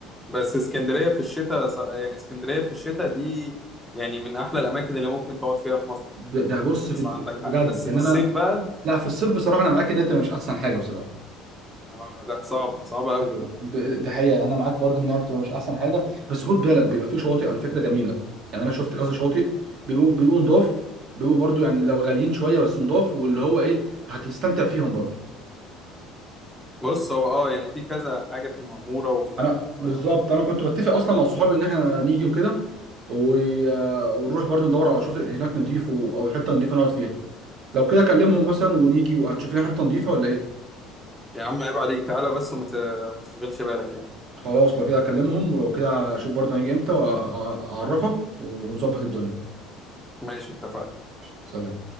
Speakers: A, in the centre; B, on the right (about 60°).
A: بس اسكندرية في الشتاء يعني اسكندرية في الشتاء دي يعني من احلى الاماكن اللي ممكن تقعد فيها في مصر
B: ب- ده بص في
A: مصر عندك حق
B: بجد
A: بس
B: يعني
A: في الصيف
B: انا
A: بقى
B: لا في الصيف بصراحه انا معاك ان انت مش احسن حاجه بصراحه
A: اه لا صعبة صعبة قوي
B: أيوة. ب- ده حقيقه انا معاك برضو انها بتبقى مش احسن حاجه بس خد بالك بيبقى في شواطئ على فكره جميله يعني انا شفت كذا شواطئ بيبقوا بيبقوا نضاف بيبقوا برضو يعني لو غاليين شويه بس نضاف واللي هو ايه هتستمتع فيهم برضو
A: بص هو اه يعني في كذا حاجة في المعمورة وف... وف...
B: انا بالظبط انا كنت بتفق اصلا مع صحابي ان احنا نيجي وكده و... ونروح برضه ندور على شاطئ هناك نضيف و... او حته نضيفه نقعد فيها لو كده اكلمهم مثلا ونيجي وهتشوف لنا حته نضيفه ولا ايه
A: يا عم عيب عليك تعالى بس وما ت... ما تشغلش بالك يعني
B: خلاص لو كده اكلمهم ولو كده اشوف برضه هنيجي امتى واعرفك ونظبط الدنيا
A: ماشي اتفقنا
B: سلام